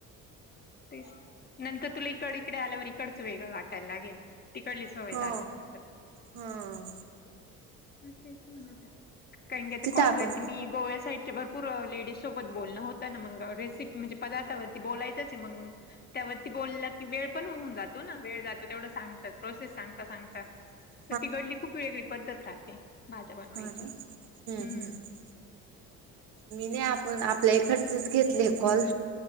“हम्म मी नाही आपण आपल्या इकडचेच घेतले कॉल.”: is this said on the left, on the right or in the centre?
Right